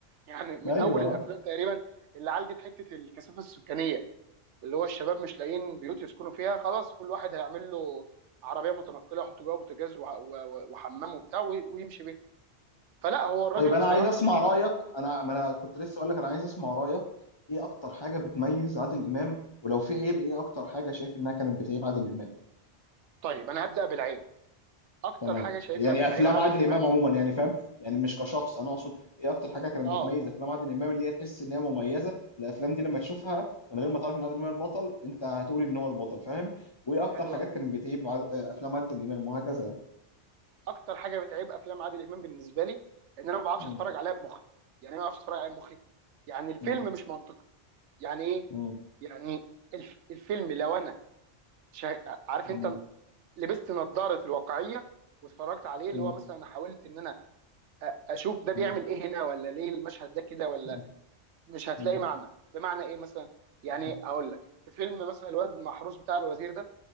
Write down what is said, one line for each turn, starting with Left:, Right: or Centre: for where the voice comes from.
Right: يعني من
Left: أيوه
Right: اول الافلام تقريبا اللي عالجت حته الكثافه السكانيه اللي هو الشباب مش لاقيين بيوت يسكنوا فيها خلاص كل واحد هيعمل له عربيه متنقله يحط جوه بوتاجاز وع- و- و- وحمام وبتاع وي- ويمشي بيها فلا هو الراجل
Left: طيب أنا
Right: بصراحه
Left: عايز أسمع رأيك أنا ما أنا كنت لسه أقول لك أنا عايز أسمع رأيك إيه أكتر حاجة بتميز عادل إمام ولو في عيب إيه أكتر حاجة شايف إنها كانت بتعيب عادل إمام
Right: طيب انا هبدا بالعيب اكتر
Left: تمام
Right: حاجه شايفها
Left: يعني
Right: بتعيب
Left: افلام
Right: عادل
Left: عادل
Right: امام
Left: امام عموما يعني فاهم يعني مش كشخص انا اقصد ايه اكتر حاجه كانت
Right: اه
Left: بتميز افلام عادل امام اللي هي تحس ان هي مميزه الافلام دي لما تشوفها من غير ما تعرف ان عادل امام البطل انت هتقول ان هو البطل فاهم وايه اكتر
Right: حلو
Left: حاجات
Right: قوي
Left: كانت بتعيب عاد- آه، افلام عادل امام وهكذا يعني
Right: اكتر حاجه بتعيب افلام عادل امام بالنسبه لي ان انا ما بعرفش
Left: مم.
Right: اتفرج عليها بمخي يعني إيه ما بعرفش اتفرج عليها بمخي يعني الفيلم
Left: مم.
Right: مش منطقي يعني ايه
Left: مم.
Right: يعني الف... الفيلم لو انا شا... عارف
Left: مم.
Right: انت لبست نظاره الواقعيه واتفرجت عليه اللي
Left: مم.
Right: هو مثلا حاولت ان انا اشوف ده بيعمل
Left: مم.
Right: ايه هنا ولا ليه المشهد ده كده ولا
Left: مم.
Right: مش هتلاقي
Left: مم.
Right: معنى بمعنى ايه مثلا يعني
Left: مم.
Right: هقول لك في فيلم مثلا الواد المحروس بتاع الوزير ده